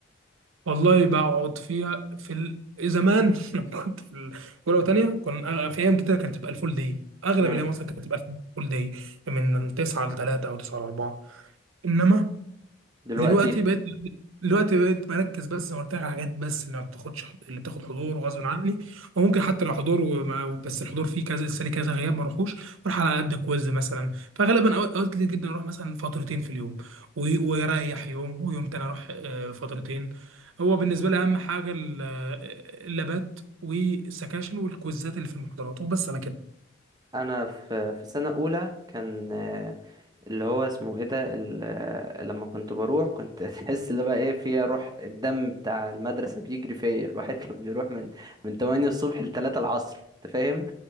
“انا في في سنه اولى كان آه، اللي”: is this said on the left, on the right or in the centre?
Right